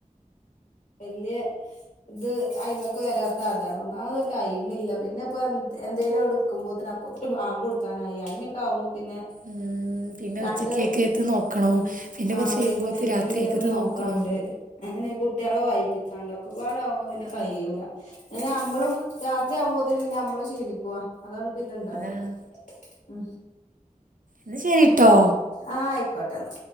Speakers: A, on the left; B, on the right.
A: വല്യ ഇത് അയ്‌മക്ക് വരാത്ത അതാണ് ഒന്നാമത് ടൈമില്ല പിന്നെ ഇപ്പ എന്തെങ്കലും എടുക്കുമ്പോത്തിന് അപ്പത്തിന് ബാങ്ങ് കൊടുക്കാനായി അങ്ങനെയൊക്കെ ആവുമ്പോ പിന്നെ.
B: ഉം. പിന്നെ
A: രണ്ട്
B: ഉച്ചക്കെക്കെത് നോക്കണോ
A: ഉം
B: പിന്നെ
A: ആ
B: കൊറച്ചയ്യുബോത്ത്
A: വൈകുന്നേരത്തിനുള്ളതും
B: രാത്രിയൊക്ക എത്ത്
A: നോക്കാണ്ട്
B: നോക്കണോ.
A: അങ്ങനെ കുട്ടികളെ വായിപ്പിക്കാണ്ട് ഒക്കെപാടാവുമ്പ പിന്നെ
B: ആ
A: കയ്യൂല അങ്ങനെ അമ്മളും. രാത്രയാവുമ്പോത്തിന് പിന്നെ അമ്മളു ഷീണിക്കുവ അതാണ് പിന്നെ ഉണ്ടാവുക
B: അതാണ്
A: ഉ.
B: ന്ന ശെരിട്ടോ.
A: ആഹ് ആയിക്കോട്ടെന്ന.